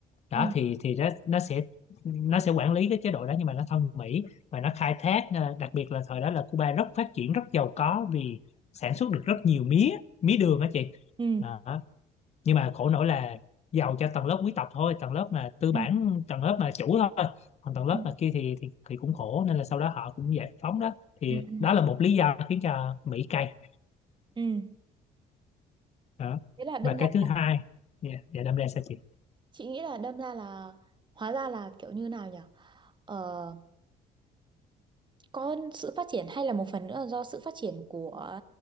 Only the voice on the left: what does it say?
đó
thì thì nó nó sẽ nó sẽ quản lý cái chế độ đó nhưng mà nó thân Mỹ và nó khai thác ờ, đặc biệt là thời đó là Cuba rất phát triển rất giàu có vì sản xuất được rất nhiều mía mía đường á chị
đó. nhưng mà khổ nỗi là giàu cho tầng lớp quý tộc thôi tầng lớp mà tư bản
tầng lớp mà chủ thôi còn tầng lớp
mà kia thì, thì thì cũng khổ nên là sau đó họ cũng giải phóng đó thì
đó là một lý do khiến cho Mỹ cay
đó
và
cái thứ hai dạ dạ đâm ra sao chị?